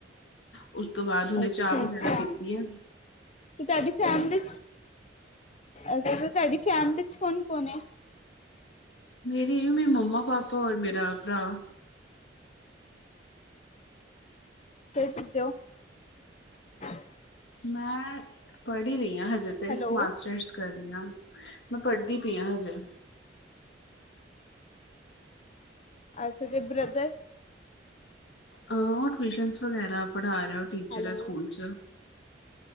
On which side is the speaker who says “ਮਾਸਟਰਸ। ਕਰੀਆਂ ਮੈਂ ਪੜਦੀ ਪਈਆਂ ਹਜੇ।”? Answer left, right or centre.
Left